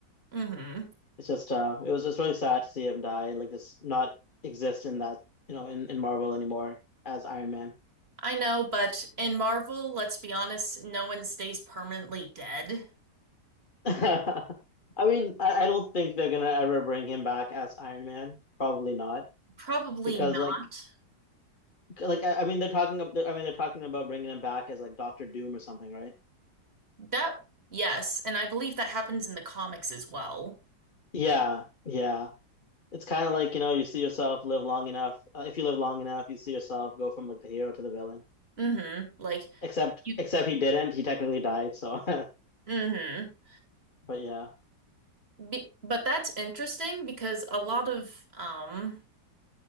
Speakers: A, on the right (about 35°); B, on the left (about 30°).
A: hmm
B: it's just uh it was just really sad to see him die and like just not exist in that you know in, in Marvel anymore as Iron Man.
A: I know, but in Marvel, let's be honest, no one stays permanently dead.
B: <laughs> I mean, I, I don't think they're gonna ever bring him back as Iron Man. Probably not
A: Probably
B: because
A: not.
B: like like I, I mean they're talking ab- I mean they're talking about bringing him back as like Doctor Doom or something, right?
A: That, yes, and I believe that happens in the comics as well.
B: Yeah, yeah. It's kind of like, you know, you see yourself live long enough. Uh, if you live long enough, you see yourself go from like the hero to the villain.
A: hmm Like
B: Except
A: you,
B: except he didn't. He technically died, so <laughs> but
A: hmm
B: yeah.
A: Be but that's interesting because a lot of, um,